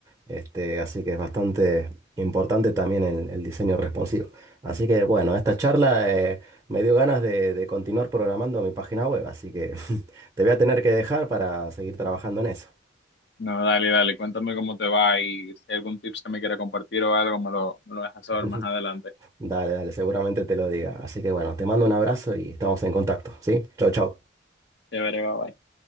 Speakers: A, on the right; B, on the left.
A: Este, así que es bastante importante también el, el diseño responsivo. Así que bueno, esta charla eh, me dio ganas de, de continuar programando mi página web, así que <laughs> te voy a tener que dejar para seguir trabajando en eso.
B: No, dale, dale, cuéntame cómo te va y si hay algún tips que me quiera compartir o algo, me lo, me lo dejas saber
A: <laughs>
B: más adelante.
A: Dale, dale, seguramente te lo diga. Así que bueno, te mando un abrazo y estamos en contacto, ¿sí? Chau, chau.
B: Chévere, bye, bye.